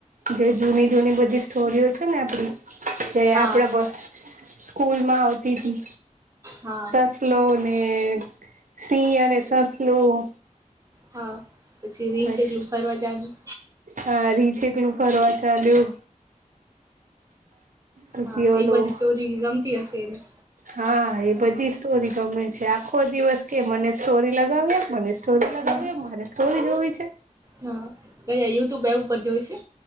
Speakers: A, on the right; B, on the right.
A: જે જૂની-જૂની બધી સ્ટોરીઓ છે ને આપડી જે
B: હા
A: આપડા બસ સ્કૂલમાં આવતી તી.
B: હા
A: સસલોને સિંહ અને સસલું.
B: હા, પછી રીંછ
A: બસ
B: એકલું ફરવા ચાલ્યું.
A: હા, રીંછ એકલું ફરવા ચાલ્યું. પછી
B: હા,
A: ઓલું
B: એ બધી સ્ટોરી ગમતી હશે એને.
A: હા, એ
B: હમ,
A: બધી સ્ટોરી ગમે છે, આખો દિવસ કે મને સ્ટોરી લગાવી મને સ્ટોરી લગાવી
B: હમ,
A: આપ મારે સ્ટોરી જોવી છે.
B: હા, કયા યુટ્યુબ એપ ઉપર જોય છે?